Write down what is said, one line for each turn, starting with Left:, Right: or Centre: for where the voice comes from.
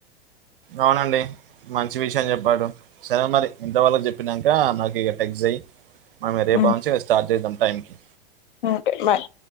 Right: అవునండి మంచి విషయం చెప్పారు సరే మరి ఇంట్లోవాళ్లకి చెప్పినాక నాకు టెక్స్చెయ్ మనం రేపా
Left: ఉమ్,
Right: నుంచి స్టార్ట్ చేద్దాం టైం కి
Left: ఓకే బాయ్